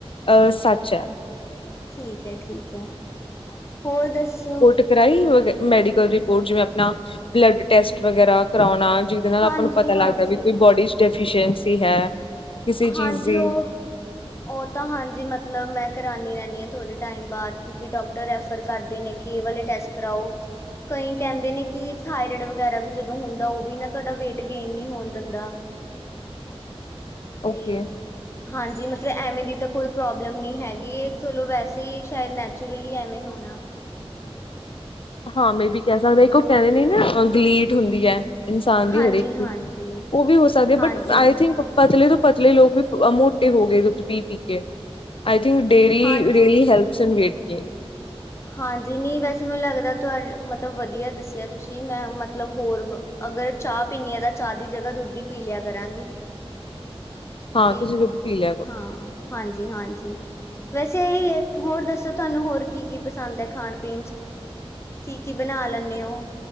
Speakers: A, on the left; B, on the left.
A: ਅਹ ਸੱਚ ਐ।
B: ਠੀਕ ਐ ਠੀਕ ਐ ਹੋਰ ਦੱਸੋ।
A: ਤੇ ਫੇਰ ਆਈ ਹੋ ਗਾਂ ਮੈਡੀਕਲ ਰਿਪੋਰਟ ਜਿਵੇ ਆਪਣਾ ਬਲਡ ਟੈਸਟ ਵਗੈਰਾ ਕਰਾਉਣਾ। ਜਿਦੇ ਨਾਲ
B: ਹਾਂਜੀ
A: ਆਪਾਂ ਨੂੰ ਪਤਾ ਲੱਗਦਾ
B: ਹਾਂਜੀ
A: ਵੀ ਕੋਈ ਬੋਡੀ ਚ ਡੈਫੀਸ਼ਸੀ ਹੈ। ਕਿਸੇ
B: ਹਾਂਜੀ
A: ਚੀਜ਼ ਦੀ
B: ਉਹ‌ ਉਹ ਤਾਂ ਹਾਂਜੀ ਮਤਲਬ ਮੈਂ ਕਰਾਣੀ ਰਹਿੰਦੀ ਆ ਥੋੜੇ ਟਾਈਮ ਬਾਅਦ ਕਿਉਂਕਿ ਡਾਕਟਰ ਰੈਫਰ ਕਰਦੇ ਨੇ ਕਿ, ਕੇ ਇਹ ਵਾਲੇ ਟੈਸਟ ਕਰਾਓ। ਕਈ ਕਹਿੰਦੇ ਨੇ ਕਿ ਥਾਇਰਡ ਵਗੈਰਾ ਵੀ ਜਦੋਂ ਹੁੰਦਾ। ਉਹ ਵੀ ਨਾ ਤੁਹਾਡਾ ਵੇਟ ਗੇਨ ਨਹੀਂ ਹੋਣ ਦਿੰਦਾ।
A: ਓਕੇ
B: ਤੇ ਹਾਂਜੀ ਮਤਲਬ ਐਵੇਂ ਦੀ ਤਾਂ ਕੋਈ ਪ੍ਰੋਬਲਮ ਨੀ ਹੈਗੀ ਚੱਲੋ ਵੈਸੇ ਹੀ ਸ਼ਾਇਦ ਨੈਚੁਰਲੀ ਐਵੇਂ ਹੋਣਾ।
A: ਹਾਂ ਮੇਬੀ ਕਹਿ ਸਕਦੇ ਆ ਇੱਕ ਉਹ ਕਹਿੰਦੇ ਨੇ ਨਾ ਗਲੀਟ ਹੁੰਦੀ ਐ। ਇਨਸਾਨ ਦੀ
B: ਹਾਂਜੀ
A: ਹਰੇਕ
B: ਹਾਂਜੀ
A: ਚੀਜ਼ ਉਹ ਵੀ ਹੋ ਸਕਦੇ
B: ਹਾਂਜੀ
A: ਬਟ ਆਈ ਥਿੰਕ ਪਤਲੇ ਤੋਂ ਪਤਲੇ ਲੋਕ ਵੀ ਮੋਟੇ ਹੋ ਗਏ ਦੁੱਧ ਪੀ-ਪੀ ਕੇ। ਆਈ ਥਿੰਕ ਡੇਰੀ
B: ਹਾਂਜੀ
A: ਰਅਲੀ ਹੈਲਪਸ ਵੇਟ ਕੇਨ।
B: ਹਾਂਜੀ, ਨਹੀਂ ਵੈਸੇ ਮੈਨੂੰ ਲੱਗਦਾ ਤੁਹਾ ਮਤਲਬ ਵਧੀਆ ਦੱਸਿਆ ਤੁਸੀਂ ਮੈਂ ਮਤਲਬ ਹੋਰ ਬ- ਅਗਰ ਚਾਹ ਪੀਨੀ ਆ ਤਾਂ ਚਾਹ ਦੀ ਜਗ੍ਹਾ ਦੁੱਧ ਈ ਪੀ ਲਿਆ ਕਰਾਂਗੀ।
A: ਹਾਂ
B: ਕੀ
A: ਤੁਸੀਂ ਦੁੱਧ ਪੀ ਲਿਆ ਕਰੋ
B: ਹਾਂ ਹਾਂਜੀ-ਹਾਂਜੀ। ਵੈਸੇ ਇਹੀ ਏ ਹੋਰ ਦੱਸੋ ਤੁਹਾਨੂੰ ਕੀ-ਕੀ ਪਸੰਦ ਐ ਖਾਣ-ਪੀਣ ਚ। ਕੀ-ਕੀ ਬਣਾ ਲੈਣੇ ਉਹ।